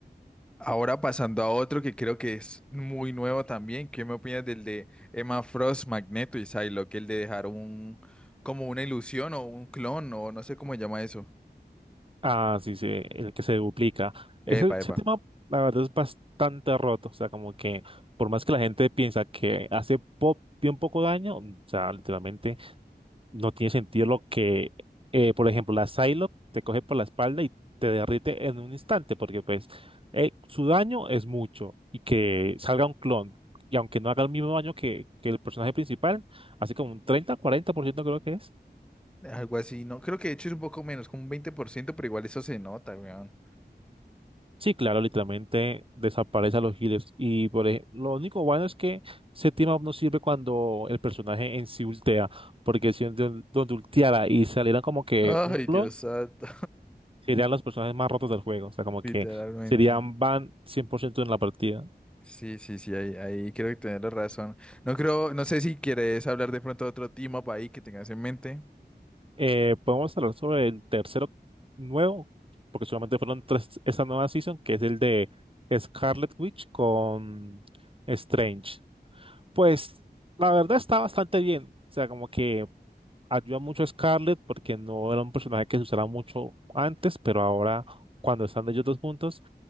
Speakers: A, in the centre; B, on the right (about 30°).
A: Ahora pasando a otro que creo que es muy nuevo también. ¿Qué me opinas del de Emma Frost, Magneto y Psylocke? El de dejar un, como una ilusión o un clon o no sé cómo se llama eso.
B: Ah, sí, sí, el que se duplica. Ese,
A: Epa,
B: ese
A: epa.
B: tema, la verdad, es bastante roto. O sea, como que por más que la gente piensa que hace po- bien poco daño, o sea, literalmente no tiene sentido lo que, eh, por ejemplo, la Psylocke te coge por la espalda y te derrite en un instante, porque pues eh, su daño es mucho y que salga un clon. Y aunque no haga el mismo daño que, que el personaje principal, así como un treinta, cuarenta por ciento creo que es.
A: Algo así, no, creo que de hecho es un poco menos, como un 20% pero igual eso se nota, weón.
B: Sí, claro, literalmente desaparece a los healers. Y por ej- lo único bueno es que ese team up no sirve cuando el personaje en sí ultea. Porque si donde, donde ulteara y saliera como que
A: Ay,
B: un clon,
A: Dios santo.
B: serían los personajes más rotos del juego. O sea, como
A: <laughs> Literalmente.
B: que serían van 100% en la partida.
A: Sí, sí, sí, ahí, ahí creo que tienes la razón. No creo, no sé si quieres hablar de pronto de otro team up ahí que tengas en mente.
B: Eh, podemos hablar sobre el tercero nuevo, porque solamente fueron tres esta nueva season, que es el de Scarlet Witch con Strange. Pues la verdad está bastante bien. O sea, como que ayuda mucho a Scarlett porque no era un personaje que se usara mucho antes, pero ahora cuando están ellos dos juntos,